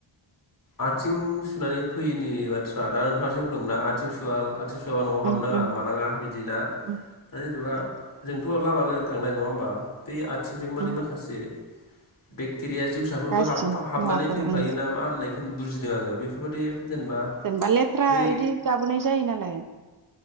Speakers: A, on the left; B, on the right.
A: आथिं सुनानै फैयैनि बाथ्रा दा नोंथाङासो बुंदोंमोन ना आथिं सुवा आथिं सुवाबा न'आव हाबनो
B: उम
A: नाङा
B: उम
A: मानाङा बिदि ना
B: उम
A: दा जेन'बा
B: उम
A: जोंथ' लामा गोजान थांनाय नङा होमबा बै आथिंजों मानि
B: उम
A: माखासे बेक्टेरिया जिउसाफोरबो
B: गाज्रि
A: हाब फा हाबनानै
B: मुवाफोर
A: फैफायोना
B: ओं
A: मा होननायखौ बुजिदों आङो बेफोरबायदि जेनेबा
B: जेनेबा लेथ्रा
A: ओइ
B: इदि गाबोनाय जायो नालाय